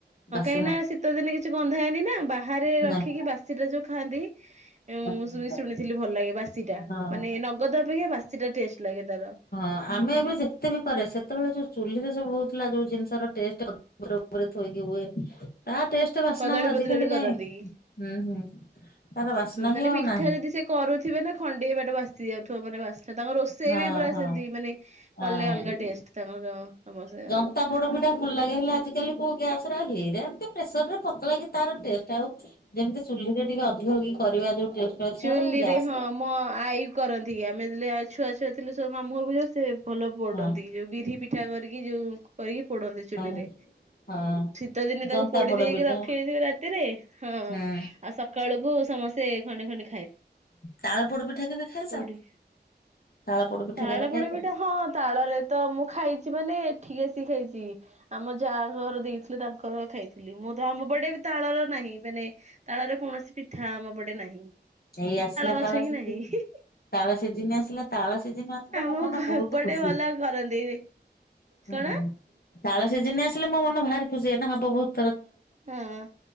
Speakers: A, on the left (about 60°); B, on the right (about 40°).
A: ବାସି
B: କାହିଁକିନା, ଶୀତ ଦିନେ କିଛି ଗନ୍ଧା ଏନିନା, ବାହାରେ ରଖିକି
A: ନାଇଁ
B: ବାସିଟା ଯୋଉ ଖାଆନ୍ତି। ଏ
A: ମତେ
B: ମୁଁ,
A: ଭଲ
B: ଶୁଣି-
A: ଲାଗେ।
B: ଶୁଣିଥିଲି ଭଲ ଲାଗେ ବାସି ଟା।
A: ହଁ
B: ମାନେ ନଗଦ ଅପେକ୍ଷା, ବାସି ଟା ଟେଷ୍ଟ ଲାଗେ ତାର।
A: ଆ-ଆମେ ଏବେ ଯେତେ ବି କରେ, ସେତବେଳେ ଯୋଉ ଚୁଲିରେ ସବୁ ବହୁ ଥିଲା ଯୋଉ ଜିନିଷର ଟେଷ୍ଟ୍, ଅଧି- ଉପରେ, ଉପରେ ଥୋଇକି ହୁଏ। ତା ଟେଷ୍ଟ ବାସ୍ନା
B: କଦଳୀ
A: ହଉ ଆଜିିକାଲି
B: ପତ୍ରରେ
A: କାଇଁ?
B: କରନ୍ତି କି
A: ହୁଁ, ହୁଁ। ତାର ବାସ୍ନା
B: ହୁଁ, ମାନେ
A: ହିଁ ଆଉ
B: ପିଠା
A: ନାହିଁ
B: ଯଦି ସେ କରୁଥିବେ ନା, ଖଣ୍ଡିଏ ବାଟ ବାସି ଯାଉ ଥିବ। ତୋ, ମାନେ ବାସ୍ନା ତାଙ୍କର। ରୋଷେଇ
A: ହଁ
B: ବି ପୁରା
A: ହଁ।
B: ସେମିତି, ମାନେ
A: ହଁ।
B: କଲେ ଅଲଗା ଟେଷ୍ଟ ତାଙ୍କର ସମିସ୍ତିଙ୍କର।
A: ତା ପୋଡ଼ ପିଠା ଭଲ ଲାଗେ। ହେଲେ ଆଜି କାଲି କୋଉ ଗ୍ୟାସ୍ ରେ ଏରା ଏମତି ପ୍ରେସରରେ, ପତଲାଗି ତାର ଟେଷ୍ଟ। ଆଉ ଯେମିତି ଚୁଲିରେ ଟିକେ ଅଧିକ କି କରିବା ଯୋଉ ଟେଷ୍ଟ ଅଛି
B: ଚୁଲିରେ,
A: ଆଉ ଗ୍ୟାସରେ
B: ହଁ। ମୋ ଆଇ କରନ୍ତି। ଆମେ ଯେତେ ଛୁଆ, ଛୁଆ ଥିଲୁ, ସବୁ ମାମୁଁ ଘର ଯାଉ। ସେ ଭଲ ପୋଡନ୍ତି।
A: ହଁ
B: ଯୋଉ ବିରି ପିଠା କରିକି, ଯୋଉ କରିକି ପୋଡନ୍ତି ଚୁଲିରେ।
A: ହଁ
B: ଶୀତ ଦିନେ, ତାକୁ
A: ଜନ୍ତା
B: ପୋଡି
A: ପୋଡ
B: ଦେଇକି,
A: ପିଠା
B: ରଖିଦେଇଥିବେ ରାତିରେ। ହଁ,
A: ହୁଁ।
B: ଆଉ ସକାଳୁକୁ ବୋଉ ସମସ୍ତେ ଖଣ୍ଡେ, ଖଣ୍ଡେ
A: ତାଳ ପୋଡ ପିଠା, ତମେ ଖାଇଛ?
B: ପୋଡି
A: ତାଳ ପୋଡ ପିଠା
B: ତାଳ
A: କେବେ
B: ପୋଡ
A: ଖାଇଛ?
B: ପିଠା ହଁ, ତାଳରେ ତ ମୁଁ ଖାଇଛି ମାନେ ଏଠିକି ଆସିକି ଖାଇଛି। ଆମ ଯା ଘର ଦେଇଥିଲେ, ତାଙ୍କର ଖାଇଛି। ଥିଲି। ମୁଁ ତ ଆମ ପଟେ ତାଳର ନାହିଁ। ସେ ନେଇ, ମାନେ ତାଳର କୌଣସି, ପିଠା ଆମ ପଟେ ନାହିଁ।
A: ଏଇ ଆସିଲା,
B: ଗଛ
A: ତାଳ
B: ହିଁ
A: ସିଜିନ୍।
B: ନାହିଁ
A: ତାଳ ସିଜିନ୍ ଆସିଲା। ତାଳ ସିଜିନ୍ ଆସିଲେ,
B: ଆମ
A: ମୋ ମନ ବହୁତ
B: ଏପଟେ
A: ଖୁସି।
B: ଭଲ କରନ୍ତି
A: ହୁଁ
B: କଣ
A: ତାଳ ସିଜିନ୍ ଆସିଲେ ମୋ ମନ ଭାରି ଖୁସି। ଏନା ହବ ବୋହୁତ୍।
B: ହଁ,